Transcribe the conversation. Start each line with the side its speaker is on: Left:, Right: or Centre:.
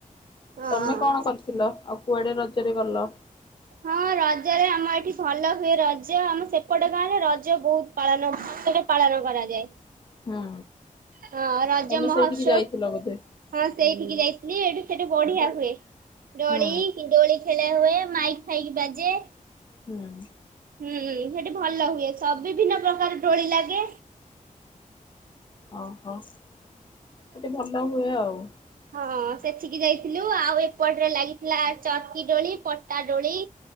Right: ହଁ।
Left: ତମେ କଣ କରିଥିଲ ଆଉ କୁଆଡେ ରଜରେ ଗଲ?
Right: ହଁ ରଜରେ ଆମ ଏଠି ଭଲ ହୁଏ ରଜ, ଆମ ସେପଟେ ଗାଁରେ ରଜ ବହୁତ ପାଳନ ବଷରେ ପାଳନ କରାଯାଏ।
Left: ହୁଁ
Right: ହଁ ରଜ
Left: ତମେ
Right: ମହୋତ୍ସବ
Left: ସେଇଠିକି ଯାଇଥିଲ ବୋଧେ।
Right: ହଁ ସେଇଠିକି ଯାଇଥିଲି, ଏଇଠୁ ସେଠୁ ବଢିଆ ହୁଏ ଡୋଳି
Left: ହୁଁ
Right: କି ଡୋଳି ଖେଳ ହୁଏ, ମାଇକ ଫାଇକ ବାଜେ।
Left: ହୁଁ ଉଁ
Right: ହୁଁ ସେଠି ଭଲ ହୁଏ, ସବୁ ବିଭିନ୍ନ ପ୍ରକାରର ଦୋଳି ଲାଗେ।
Left: ଓହୋ, ସେଠି ଭଲ ହୁଏ ଆଉ।
Right: ହଁ ସେଠିକି ଯାଇଥିଲୁ ଆଉ ଏପଟରେ ଲାଗିଥିଲା ଚର୍କି ଡୋଳି ପଟା ଡୋଳି।